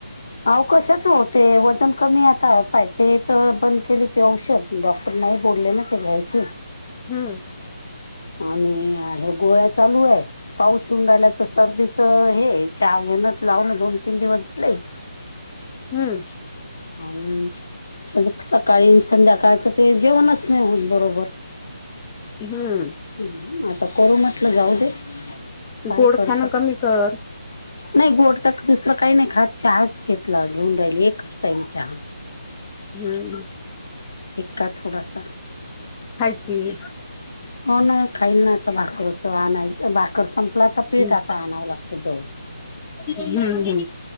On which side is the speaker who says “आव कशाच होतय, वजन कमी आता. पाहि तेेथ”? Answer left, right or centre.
Left